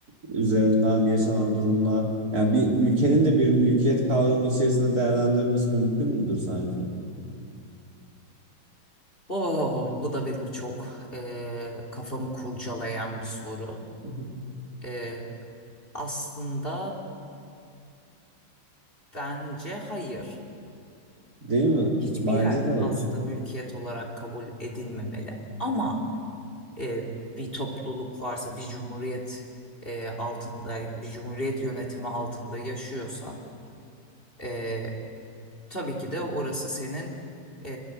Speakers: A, on the right; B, on the left.
A: üzerinden yaşanan durumlar. Yani bir ülkenin de bir mülkiyet kavramı içerisinde değerlendirilmesi mümkün müdür sence?
B: Oh, bu da benim çok eee, kafamı kurcalayan bir soru.
A: <laughs>
B: Eee, aslında bence hayır.
A: Değil mi?
B: Hiçbir
A: Bence
B: yer
A: de hayır.
B: aslında mülkiyet olarak kabul edilmemeli. Ama eee, bir topluluk varsa, bir cumhuriyet eee, altında, bir cumhuriyet yönetimi altında yaşıyorsan Ee, tabii ki de orası senin e,